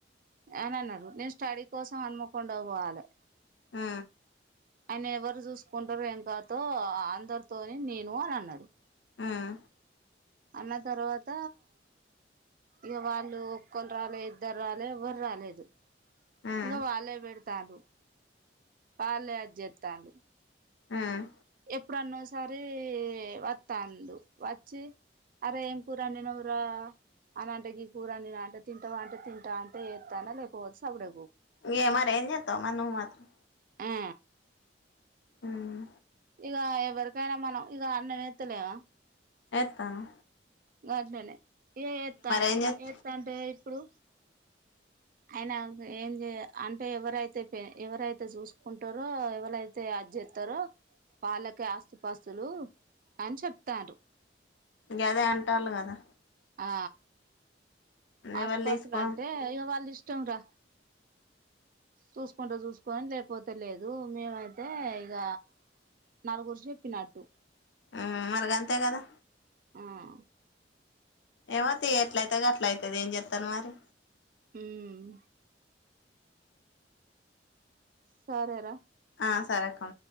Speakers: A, on the right; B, on the left.
A: అననన్నరు. నేన్ స్టడీ కోసం హన్మకొండ పోవాలె
B: ఆ
A: ఆయన ఎవరు చూసుకుంటరో ఏం కథో అందరితోని తిను అని అన్నది.
B: ఉమ్
A: అన్న తర్వాత ఇగ వాళ్ళు ఒక్కరు రాలే ఇద్దరు రాలే ఎవ్వరు రాలేదు
B: ఉమ్
A: ఇంక వాళ్ళే పెడతారు వాళ్ళే అద్ చెత్తన్లు
B: ఉమ్
A: ఎప్పుడన్నోసారి వస్తాడు వచ్చి అరే ఏం కూర అండినవురా అన అంటకి కూరండి అంటే తింటావు అంటే తింటా అంటే వస్తాన లేకపోతే సబడే
B: ఏ మారి ఏంజత్త ను మాత్రం
A: ఆ
B: ఉమ్
A: ఇగ ఎవరికైనా మనం ఇగ అన్నం ఎత్తలేమా
B: ఎత్తాను
A: గట్లనే ఇగ ఎత్తన్న
B: ఏం చేత్
A: ఎస్తంటే ఇప్పుడు ఆయన ఏం చేయ అంటే ఎవరైతే ఎవరైతే చూసుకుంటారో ఎవరైతే అదిస్తారో వాళ్ళకి ఆస్తుపాస్తులు అని చెప్తాండ్రు
B: గదే అంటాలు గదా
A: ఆ ఆస్తుపాస్తులంటే
B: ఎవలు తీసుకో
A: ఇగ వాళ్ ఇష్ ఇష్టం రా చూసుకుంటే చూసుకోని లేకపోతే లేదు మేమైతే ఇగ నలుగురు చెప్పినట్టు
B: ఉమ్ మరిగంతే గదా
A: ఉమ్
B: ఏమో తి ఎట్లయితే గట్లయిత ఏది ఏం చెత్తాను మరి
A: హ్మ్ సరే రా
B: ఆ సరే అక్కా